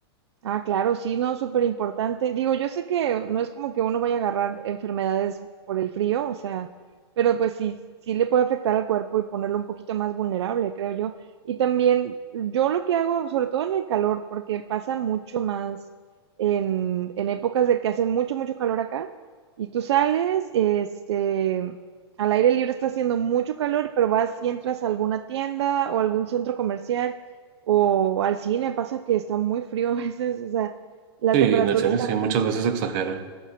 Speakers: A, on the right (about 85°); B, on the right (about 50°).
A: Ah, claro, sí, no, súper importante. Digo, yo sé que no es como que uno vaya a agarrar enfermedades por el frío, o sea, pero pues sí, sí le puede afectar al cuerpo y ponerlo un poquito más vulnerable, creo yo. Y también yo lo que hago, sobre todo en el calor, porque pasa mucho más en, en épocas de que hace mucho, mucho calor acá, y tú sales, este, al aire libre está haciendo mucho calor, pero vas y entras a alguna tienda o algún centro comercial. O al cine, pasa que está muy frío <laughs> a veces, o sea, la
B: Sí,
A: temperatura
B: en el cine
A: está
B: sí,
A: muy...
B: muchas veces exageran.